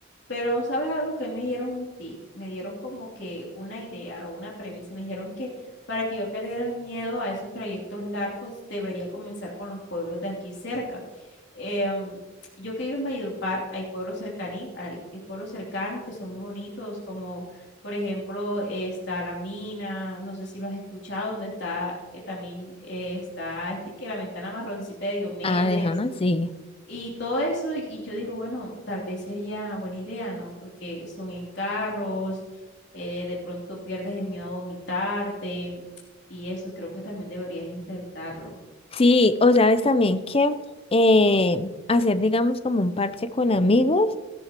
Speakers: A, on the left; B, on the left.
A: Pero, ¿sabes algo que me dieron un tip? Me dieron como que una idea o una premisa. Me dijeron que para que yo perdiera el miedo a esos trayectos largos, debería comenzar con los pueblos de aquí cerca. Em, yo que vivo en Valledupar, hay pueblos cercaní, hay, hay pueblos cercanos que son muy bonitos, como por ejemplo eh, está La Mina, no sé si lo has escuchado, donde está eh, también eh, está este que la ventana marroncita de Diomedes
B: Ah, Ajá, sí.
A: y todo eso, y yo digo, bueno, tal vez sería buena idea, ¿no? Porque son en carros, eh, de pronto pierdes el miedo a vomitarte y eso, creo que también deberías intentarlo.
B: Sí, o sabes también que eh, hacer, digamos, como un parche con amigos